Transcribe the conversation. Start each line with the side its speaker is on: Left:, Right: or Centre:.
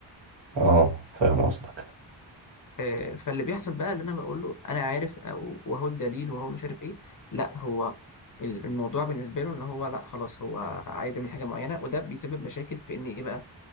Right: اه فاهم قصدك
Left: آه، فاللي بيحصل بقى اللي انا بقول له انا عارف او وهو الدليل وهو مش عارف ايه لا هو ال- الموضوع بالنسبه له ان هو لا خلاص هو عايز يعمل حاجه معينه وده بيسبب مشاكل في ان ايه بقى